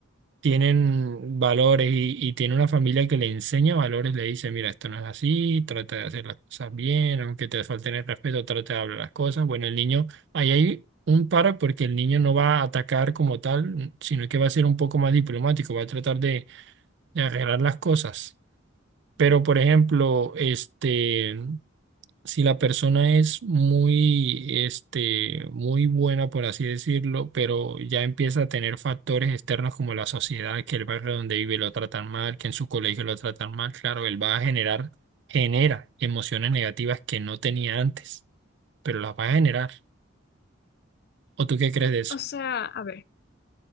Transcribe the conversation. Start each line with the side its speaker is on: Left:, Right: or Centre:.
Right: tienen valores y, y tiene una familia que le enseña valores, le dice, mira, esto no es así, trata de hacer las cosas bien, aunque te falten el respeto, trata de hablar las cosas. Bueno, el niño, ahí hay un para porque el niño no va a atacar como tal, sino que va a ser un poco más diplomático, va a tratar de, de arreglar las cosas. Pero, por ejemplo, este, si la persona es muy, este, muy buena, por así decirlo, pero ya empieza a tener factores externos como la sociedad, que el barrio donde vive lo tratan mal, que en su colegio lo tratan mal, claro, él va a generar, genera emociones negativas que no tenía antes, pero las va a generar. ¿O tú qué crees de eso?
Left: O sea, a ver.